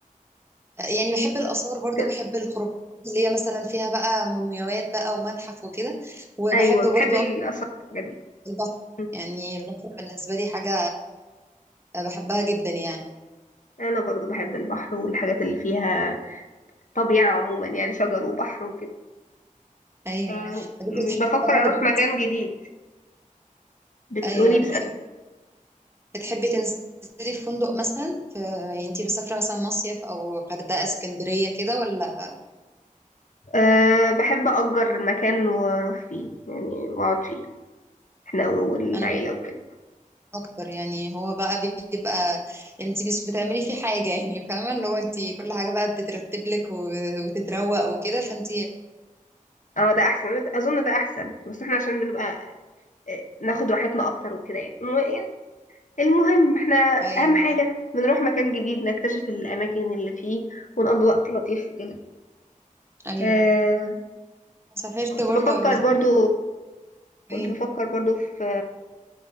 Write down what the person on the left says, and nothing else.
كده
أيوة بتحب
الآثار
والحاجات دي
م.
أنا برضو بحب البحر والحاجات اللي فيها طبيعة عموما يعني شجر وبحر وكده
آه،
بفكر
أروح
مكان جديد بتقولي
بس
أه بحب أجر مكان وأروح فيه يعني وأقعد فيه احنا والعيلة
وكده
اه ده احسن اظن ده احسن بس احنا عشان بنبقى آه، ناخد راحتنا اكتر وكده يعني المهم احنا
اهم حاجة بنروح مكان جديد نكتشف الاماكن اللي فيه ونقضي وقت لطيف وكده
آه
كنت
بفكر
برضو كنت
بفكر برضو في